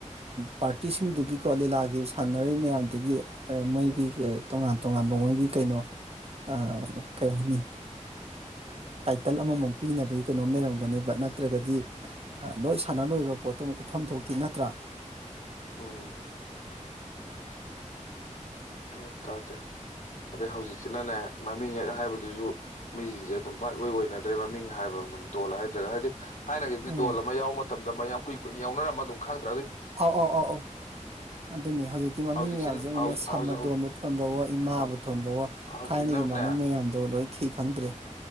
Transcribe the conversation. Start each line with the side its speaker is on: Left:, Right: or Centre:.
Right: ꯄꯥꯔꯇꯤꯁꯤꯡꯗꯨꯒꯤꯀꯣ ꯂꯤꯂꯥꯒꯤ ꯁꯥꯟꯅꯔꯤꯕ ꯃꯌꯥꯝꯗꯨꯒꯤ ꯃꯣꯏꯒꯤ
Left: ꯎꯝ
Right: ꯇꯣꯉꯥꯟ ꯇꯣꯉꯥꯟꯕ ꯃꯣꯏꯒꯤ ꯀꯩꯅꯣ ꯑ ꯀꯩ ꯍꯥꯏꯅꯤ ꯇꯥꯏꯇꯜ ꯑꯃꯃꯝ ꯄꯤꯅꯕꯒꯤ ꯀꯩꯅꯣꯝ ꯂꯩꯔꯝꯒꯅꯦꯕ ꯅꯠꯇ ꯇ꯭ꯔꯒꯗꯤ ꯂꯣꯏ ꯁꯥꯟꯅ ꯂꯣꯏꯒ꯭ꯔꯕ ꯄꯣꯠꯇꯨ ꯑꯃꯨꯛ ꯎꯠꯐꯝ ꯊꯣꯛꯇꯤ ꯅꯠꯇ꯭ꯔꯥ
Left: ꯎꯝ ꯌꯥꯟ ꯇꯥꯗꯦ ꯑꯗꯩ ꯍꯧꯖꯤꯛꯁꯤꯅꯅꯦ ꯃꯃꯤꯡ ꯍꯦꯛ ꯍꯥꯏꯕꯗꯨꯁꯨ ꯃꯤꯁꯤꯡꯁꯦ ꯑꯗꯨꯝ ꯕꯥꯏꯠ ꯏꯌꫭꯏ ꯑꯣꯏꯅꯗ꯭ꯔꯦ ꯃꯃꯤꯡ ꯍꯥꯏꯕ ꯗꯣꯜ ꯍꯥꯏꯗ꯭ꯔꯒ ꯍꯥꯏꯗꯤ ꯊꯥꯏꯅꯒꯤꯈꯤ
Right: ꯎꯝ
Left: ꯗꯣꯜ ꯑꯃ ꯌꯥꯎꯕ ꯃꯇꯝꯗ ꯃꯌꯥꯝ ꯀꯨꯏ ꯀꯨꯏꯅ ꯌꯥꯎꯅꯔꯝꯃ ꯑꯗꯨꯝ ꯈꯪꯗ꯭ꯔ
Right: ꯑꯧ ꯑꯧ ꯑꯧ ꯑꯧ ꯑꯗꯨꯅꯤ ꯍꯧꯖꯤꯛꯇꯤ ꯃꯃꯤꯡ
Left: ꯍꯧꯖꯤꯛꯁꯤꯅ
Right: ꯃꯌꯥꯝꯁꯦ ꯎꯟꯅꯁ
Left: ꯍꯧ
Right: ꯊꯃꯗꯣꯟꯕꯨ
Left: ꯍꯧꯖꯤꯛ
Right: ꯊꯣꯟꯕꯋꯣ ꯏꯃꯥꯕꯨ
Left: ꯍꯧ
Right: ꯊꯣꯟꯕꯋꯣ
Left: ꯍꯧꯖꯤꯛꯅꯅꯦ
Right: ꯊꯥꯏꯅꯒꯤ ꯃꯃꯤꯡ ꯃꯌꯥꯝꯗꯣ ꯑꯣ ꯂꯣꯏ ꯊꯤ ꯈꯪꯗ꯭ꯔꯦ